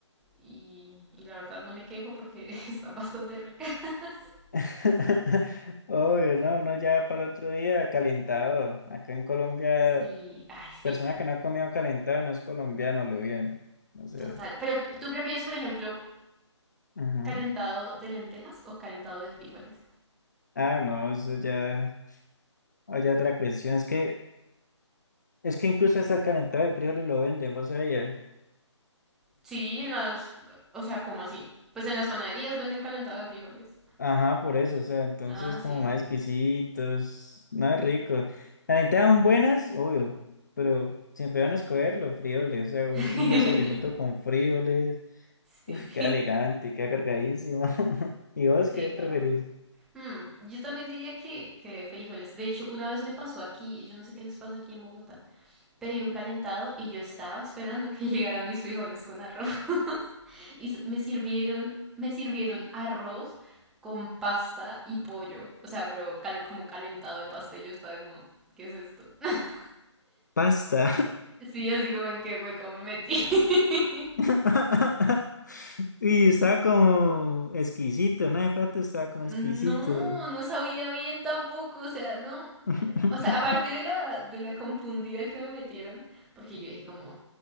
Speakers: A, in the centre; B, on the left.
A: y, y la verdad no me quejo porque <laughs> están bastante ricas. <laughs>
B: <laughs> Obvio, no, no, ya para el otro día, calentado. Acá en Colombia,
A: Sí, ay,
B: persona
A: sí,
B: que no ha comido calentado no es colombiano, lo bien. O sea,
A: total. Pero tú, tú prefieres, por ejemplo,
B: ujú.
A: ¿Calentado de lentejas o calentado de frijoles?
B: Ah, no, eso ya, hay otra cuestión, es que Es que incluso hasta el calentado de frijoles lo venden, vos sabías.
A: Sí, en las... O sea, ¿cómo así? Pues en las panaderías venden calentado de frijoles.
B: Ajá, por eso, o sea, entonces
A: Ah, sí.
B: como más exquisitos, no es rico. Las lentejas son buenas, obvio, pero siempre van a escoger los frijoles, o sea, vos
A: <laughs>
B: un desayunito con frijoles,
A: Sí.
B: uf, queda elegante, queda cargadísimo. <laughs> ¿Y vos
A: Sí,
B: qué preferís?
A: como... Hmm, yo también diría que, que de frijoles. De hecho, una vez me pasó aquí, yo no sé qué les pasa aquí en Bogotá, Pedí un calentado y yo estaba esperando que <laughs> llegaran mis frijoles con arroz. <laughs> y me sirvieron, me sirvieron arroz con pasta y pollo. O sea, pero cal- como calentado de pasta y yo estaba como, ¿qué es esto? <laughs>
B: Pasta.
A: Sí, así como en qué hueco me metí. <laughs>
B: <laughs> Y estaba como exquisito, ¿no? De plato estaba como
A: No,
B: exquisito.
A: no sabía bien tampoco, o sea, no.
B: <laughs>
A: O sea, aparte de la, de la confundida que me metieron, porque yo dije como,